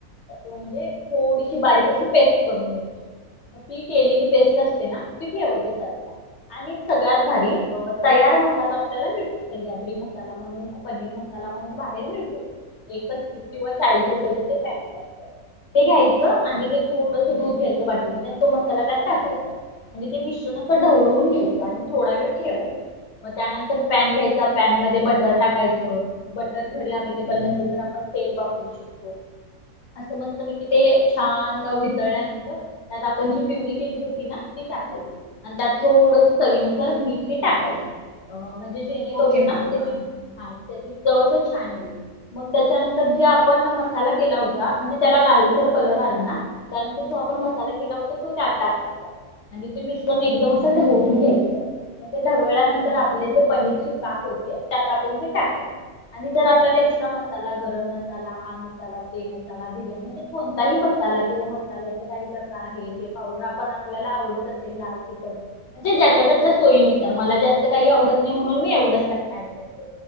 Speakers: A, on the left; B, on the right.
A: अस म्हणजे थोडीशी बारीक अशी पेस्ट करून घ्यायची. ती केलेली पेस्ट असते ना ती ठेवायची साईड ला. आणि सगळ्यात भारी तयार मसाला आपल्याला मिळतो सह्याद्री मसाला म्हणून पनीर मसाला म्हणून बाहेर मिळतो एक पस्तीस किंवा चाळीस रुपय ते पॅकेट अ ते घ्यायचं आणि ते थोडस दूध घ्यायचं वाटीमध्ये आणि तो मसाला त्यात टाकायचा. म्हणजे ते मिश्रणाच ढवळून घ्यायचं आणि थोडा वेळ ठेवायच. मग त्यानंतर पॅन घ्यायचा पॅन मध्ये बटर टाकायच. बटर घरी अवेलेबल नसेल तर आपण तेल वापरू शकतो. असं मस्त मी कि ते छान वितळल्यानंतर त्यात आपण जी पिवरी केली होती ना ती टाकायची. आणि त्यात थोडस चवीनुसार मीठ हे टाकायचं अ म्हणजे जेणे करून
B: ओके
A: ना
B: मॅम
A: त्याची
B: हां.
A: हा त्याची चव छान आहे मग त्याच्यानंतर जे आपण मसाला केला होता. म्हणजे त्याला लालसर कलर आला ना त्यानंतर जो आपण मसाला केला होता तो त्यात टाकायचा. आणि ते मिश्रण एकदम असं ढवळून घ्यायचं. मग ते ढवळल्यानंतर
B: हो
A: आपले जे पनीरचे काप होते. त्यात आपण ते टाकायचे आणि जर आपल्याला एक्स्ट्रा मसाला गरम, मसाला हा, मसाला ते मसला बिर्याणी म्हणजे कोणताही मसाला किंवा मसाल्याच काही प्रकार आहे. हे ते पावडर आपण आपल्याला आवडत असेल लाल तिखट. म्हणजे ज्यांच्या ज्यांच्या सोयीनुसार मला जास्तं कांहीं आवडतं नाहीं म्हणून मी एवढंच ऍड करते.